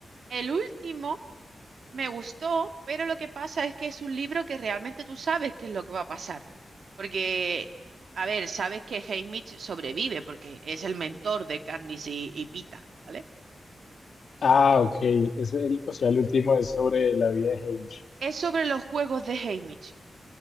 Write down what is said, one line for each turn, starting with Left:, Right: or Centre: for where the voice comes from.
Right: El último. Me gustó, pero lo que pasa es que es un libro que realmente tú sabes qué es lo que va a pasar. Porque, a ver, sabes que Haymitch sobrevive porque es el mentor de Candice y, y Pita, ¿vale?
Left: Ah, ok, es el, o sea, el último es sobre la vida de Hamish.
Right: Es sobre los juegos de Haymitch.